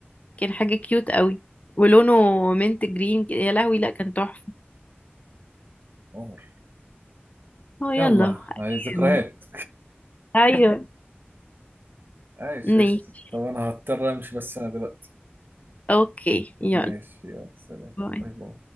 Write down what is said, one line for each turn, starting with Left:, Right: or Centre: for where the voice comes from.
Left: كان حاجة كيوت قوي ولونه منت جرين كده يا لهوي لا كان تحفة
Right: عمر
Left: اه يلا
Right: يلا
Left: أيام.
Right: هاي ذكريات
Left: ايوه
Right: عايش
Left: ماشي
Right: قشطة. طب انا هضطر امشي بس انا دلوقتي
Left: اوكي يلا
Right: ماشي يلا سلام
Left: باي
Right: باي باي